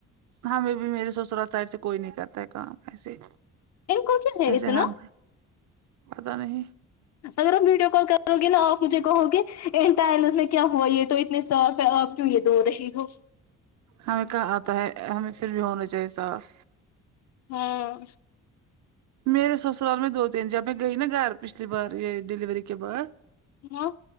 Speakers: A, on the right; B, on the left.
A: ہمیں بھی میرے سسرال سائڈ سے کوئی نہیں کرتا ہے کام ایسے
B: ان کو کیا ہے
A: جیسے
B: اتنا
A: ہم پتہ نہیں
B: اگر آپ ویڈیو کال کرو گے نا مجھے کہو گے ایک ٹائلس میں کیا ہوا یے تو اتنے صاف ہے آپ کیوں یے دھو رہی ہو
A: ہمیں کہاں آتا ہے ہمیں پھر بھی ہونا چاہیے صاف
B: ہاں
A: میرے سسرال میں دو تین جب میں گئی نا گھر پچھلی بار یے ڈیلیوری کے بعد
B: ہاں